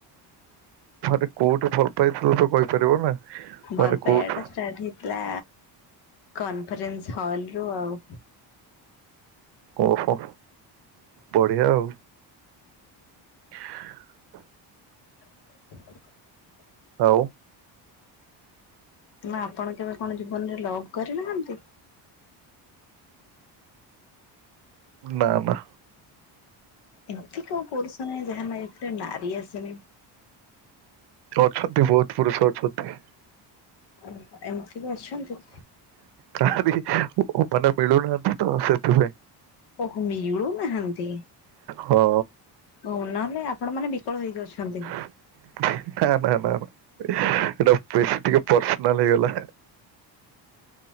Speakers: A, on the right; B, on the left.
A: ଥରେ କୋଉଠି ଭଲ ପାଇଥିଲ ତ କହିପାରିବ ନା।
B: ଭଲ
A: ମାନେ କୋଉଠୁ
B: ପାଇବା ଟା ଷ୍ଟାର୍ଟ ହେଇଥିଲା କନଫରେନ୍ସ ହଲ ରୁ ଆଉ।
A: ଓହୋ ବଢିଆ ଆଉ। <inaudible>
B: <inaudible>
A: ଆଉ
B: ନା ଆପଣ କେବେ କଣ ଜୀବନରେ ଲଭ୍ କରିନାହାନ୍ତି?
A: ନା ନା।
B: ଏମିତି କଉ ପୁରୁଷ ନାହିଁ ଯାହା ନାଇଫ୍ ରେ ନାରୀ ଆସିନି।
A: ଅଛନ୍ତି ବହୁତ ପୁରୁଷ ଅଛନ୍ତି।
B: ଓ ଏମିତି ବି ଅଛନ୍ତି?
A: କାହାନ୍ତି ଓ ମାନେ ମିଳୁନାହାନ୍ତି। ତ ସେଥିପାଇଁ
B: ଓହୋ ମିଳୁନାହାନ୍ତି।
A: ହଁ।
B: ହଉ ନହେଲେ ଆପଣ ମାନେ ବିକଳ ହେଇକି ଅଛନ୍ତି।
A: <inaudible> ନା ନା ନା ନା ସେଟା ବେଶୀ ଟିକେ ପର୍ସନାଲ ହେଇଗଲା।